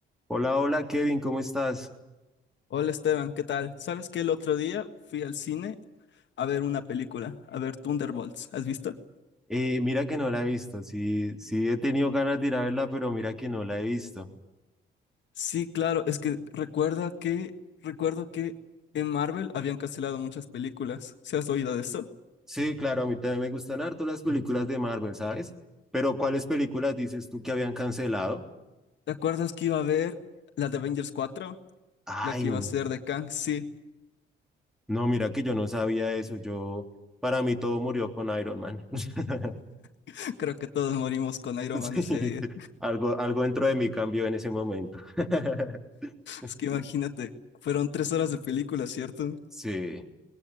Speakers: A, in the centre; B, on the left (about 65°).
A: Hola, hola Kevin, ¿cómo estás?
B: Hola Esteban, ¿qué tal? ¿Sabes que el otro día fui al cine a ver una película, a ver Thunderbolts? ¿Has visto?
A: Eh, mira que no la he visto, sí, sí he tenido ganas de ir a verla, pero mira que no la he visto.
B: Sí, claro, es que recuerda que recuerdo que en Marvel habían cancelado muchas películas. ¿Se has oído de eso?
A: Sí, claro, a mí también me gustan harto las películas de Marvel, ¿sabes? Pero ¿cuáles películas dices tú que habían cancelado?
B: ¿Te acuerdas que iba a haber la de Avengers 4,
A: Ay,
B: La que
A: mi-
B: iba a ser de Kang, sí.
A: no, mira que yo no sabía eso, yo, para mí todo murió con Iron Man. <laughs>
B: <laughs> Creo que todos morimos con Iron
A: Sí,
B: Man ese día.
A: algo, algo dentro de mí cambió en ese momento. <laughs>
B: Es que imagínate, fueron tres horas de película, ¿cierto?
A: Sí,